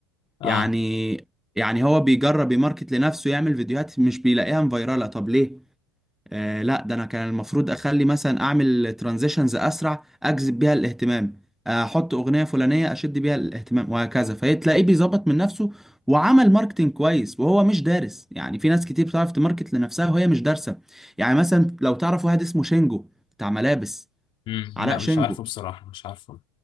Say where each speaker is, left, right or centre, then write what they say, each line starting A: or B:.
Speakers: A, on the left; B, in the centre.
A: آه
B: يعني يعني هو بيجرب يماركت لنفسه يعمل فيديوهات مش بيلاقيها مفيرالة طب ليه آه لا ده انا كان المفروض اخلي مثلا اعمل ترانزيشنز اسرع اجذب بيها الاهتمام آه، احط اغنيه فلانيه اشد بيها الاهتمام وهكذا فتلاقيه بيظبط من نفسه وعمل ماركتنج كويس وهو مش دارس يعني في ناس كتير بتعرف تماركت لنفسها وهي مش دارسه يعني مثلا لو تعرف واحد اسمه شينجو بتاع ملابس
A: مم.
B: علاء
A: لا
B: شينجو
A: مش عارفه بصراحة مش عارفه